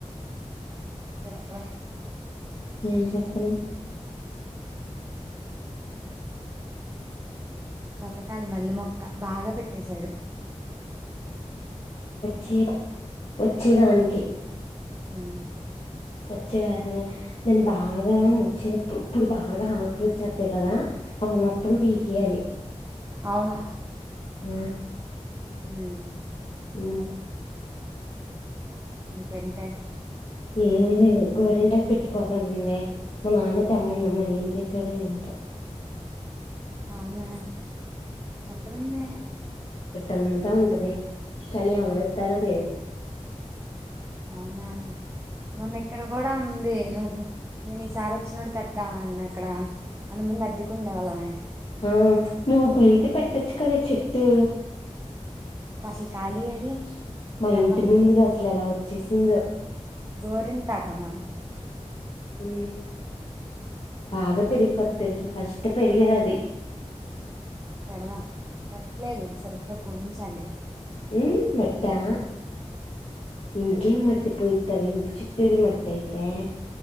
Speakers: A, on the right; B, on the left.
A: చెప్పు
B: ఏం చేత్తన్నవ్
A: బతకాలి మల్ళీ మొక్క బాగా పెట్టేసాడు
B: చే వచ్చేదానికి
A: ఊ
B: వచ్చే వ్యాసం నేను బాగా వచ్చేప్పుడు ఇప్పుడు బాగా ఆకలి వచేత్తయి కదా అప్పుడు మొత్తం పీకెయాలి
A: అవును
B: హ
A: ఉ
B: ఉ
A: ఇంకెంటె
B: ఏమి లేదు గోరింటాకు పెట్టుకోలని ఉందే మా నాన్న తెమ్మన్నా మరి ఏం చేసాడో ఏంటో
A: అవునా ఎక్కడుంద
B: అంతా ఉంటది కానీ ఎవరెత్తారో తెలిదు
A: అవునా మొన్న ఇక్కడ కూడా అదే నువ్వు నేను ఈసారి వచ్చినోడి తెద్దా అన్న అక్కడ అంత ముందు అద్దకు ఉండే వాళ్ళమే
B: ఆ నువ్వు బయట పెట్టచ్చు కదా చెట్టు
A: అసల్ కాలి ఏది
B: మా
A: పెడదాం
B: ఇంటి ముందు అసలు ఎలా వచ్చేసిందో
A: గోరింటాకమ
B: ఉ బాగా పెరిగిపోతలు ఫస్ట్ పెరిగేదే అది
A: పెడదాం మట్లేదు సరిగ్గా పోయించండి
B: ఉ మట్టా ఉం గం మట్టి పోయిత్తవ చిత్తూరి మట్ట అయితే